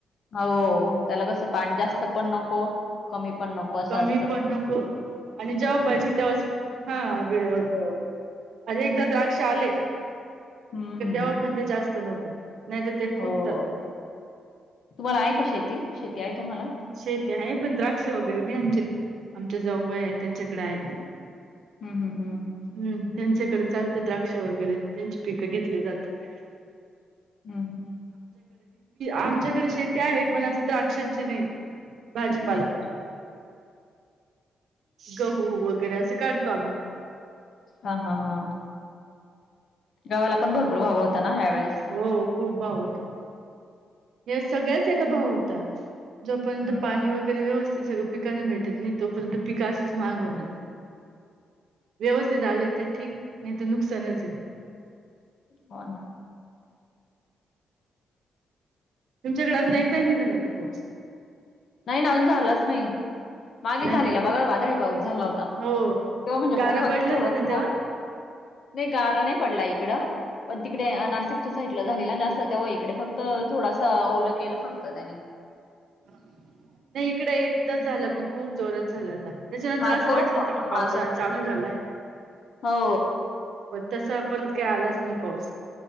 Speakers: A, on the left; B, on the right.
A: हो त्याला कसं पाणी जास्त पण नको कमी पण नको असं
B: कमी
A: असत
B: पण नको आणि जेव्हा पाहिजे तेव्हाच हा वेळेवर
A: हो
B: अरे एकदा द्राक्ष आले
A: हम्म
B: तेव्हा पण ते जास्त नको नाही तर ते
A: हो
B: फुटतात
A: तुम्हाला आहे का शेती शेती आहे तुम्हाला
B: शेती आहे पण द्राक्ष वगैरे नाही आमचे आमच्या जावबाय आहेत त्यांच्याकडे आहे
A: हम्म हम्म हम्
B: हम्म त्यांच्याकडे चालत द्राक्ष वगैरे त्यांची पिकं घेतली जातात
A: हम् ह
B: आमची शेती आहे पण द्राक्षांची नाही भाजीपाला
A: हम्म
B: गहू वगैरे असं काढतो आम्ही
A: हा हा हा गावाला पण खूप भाव होता ना ह्यावेेळेस.
B: हो खूप भाव होता या सगळ्याच याला भाव होता जोपर्यंत
A: हम्म.
B: पाणी वगैरे सगळा पिकांना व्यवस्थित भेटत नाही तोपर्यंत पीक अशीच महाग होणार व्यवस्थित आले तर ठीक नाही तर नुकसानच आहे
A: हो ना
B: तुमच्याकडे अजून एकदाही झाला नाही का पाऊस
A: नाही ना अून झालाच नाही मागे
B: नाही
A: झालेला
B: का
A: बघा वादळी पाऊस झाला होता तेव्हा
B: हो
A: म्हणजे
B: गारा
A: खूप
B: पडलंच
A: थोडा
B: आहे ना तेव्हा
A: थोडा नाही गारा नाही पडला इकडं पण तिकडे
B: हो
A: नाशिकच्या साहित झाले जास्त त्याव इकडे फक्त थोडासा ओलं केलं फक्त त्याने
B: नाही इकड एकदा झालं पण खूप जोरात झालं आता त्याच्यानंतर
A: हा
B: असं
A: तेव्हा
B: वाटलं होतं कि पावसाळा
A: हा
B: चालू झालाय
A: हो
B: प तस परत
A: तिकडे
B: काय आलाच नाही पाऊस